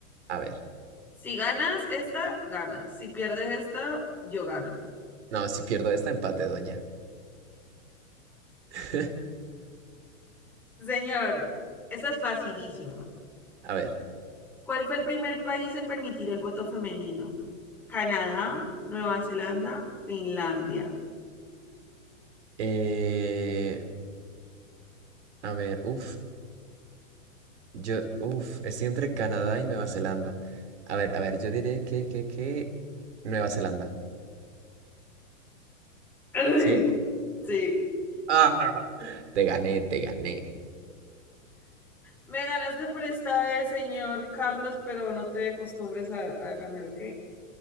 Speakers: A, on the right; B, in the centre.
A: A ver.
B: Si ganas esta, ganas. Si pierdes esta, yo gano.
A: No, si pierdo esta, empate, doña. <laughs>
B: Señor, esta es facilísima.
A: A ver.
B: ¿Cuál fue el primer país en permitir el voto femenino? Canadá, Nueva Zelanda, Finlandia.
A: eh, a ver, uff. Yo, uff, estoy entre Canadá y Nueva Zelanda. A ver, a ver, yo diré que, que, que Nueva Zelanda.
B: <laughs> Ay,
A: ¿Sí?
B: Sí.
A: ¡Ah! Te gané, te gané.
B: Me ganaste por esta vez, señor Carlos, pero no te acostumbres a, a ganar, ¿ok?